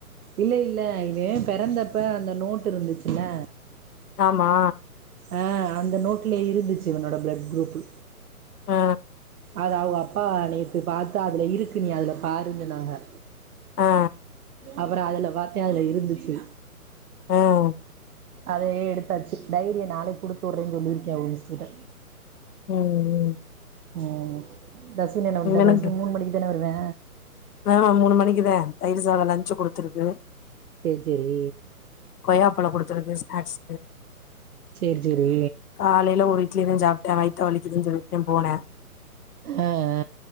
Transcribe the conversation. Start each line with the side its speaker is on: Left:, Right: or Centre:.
Right: இல்ல இல்ல இவே பெறந்தப்பே அந்த நோட்டு் இருந்துச்சுல்ல
Left: ஆமா
Right: அ அந்த நோட்லே இருந்துச்சு இவனோட பிளட் குரூப்பு
Left: ஆ
Right: அத அவுக அப்பா நேத்து பாத்து அதுல இருக்கு நீ அதுல பாருன் சொன்னாக
Left: ஆ
Right: அப்றோ அதல பாத்தே அதுல இருந்துச்சு
Left: ம்
Right: அதையே எடுத்தாச்சு டைரிய நாளைக் குடுத்தூர்றன் சொல்லியிருக்கே அவுக மிஸ் கிட்ட
Left: ம்
Right: ம் தசின் என்ன வன்ட்டே
Left: ம் எனக்கு
Right: தச் மூன் மணிக்கு தானே வருவே
Left: ஆமா மூனு மணிக்கிதே தயிர் சாதோ லஞ்சுக் குடுத்துருக்கு
Right: சேரி சேரி
Left: கொய்யாப்பழோ குடுத்துருக்கு ஸ்நாக்ஸ்
Right: சேரி சேரி
Left: காலைல ஒரு இட்லிதே சாப்ட்டே வைத்த வலிக்குதுன் சொல்லிட்டுதேம் போனே
Right: அ அ